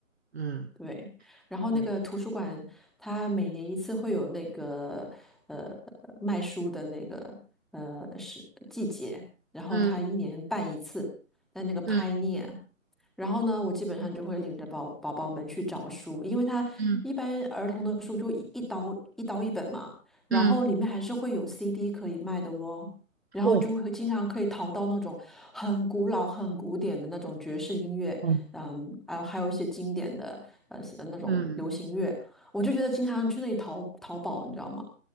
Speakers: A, on the right; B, in the centre.
A: 嗯，
B: 对。然后那个图书馆，
A: 对，
B: 它每年一次会有那个呃卖书的那个呃是季节，然后它一年办一次，
A: 嗯
B: 在那个 Pioneer。
A: 嗯
B: 然后呢，我基本上就会领着宝宝宝们去找书，因为它一般儿童的书就一一刀一刀一本嘛，
A: 嗯
B: 然后里面还是会有
A: 嗯，
B: CD 可以卖的哦，然后就会经常可以淘到那种很古老、
A: 哦，
B: 很古典的那种爵士音乐，
A: 哦，
B: 嗯，啊，还有一些经典的呃那种流行乐，
A: 嗯，
B: 我就觉得经常去那里淘淘宝，你知道吗？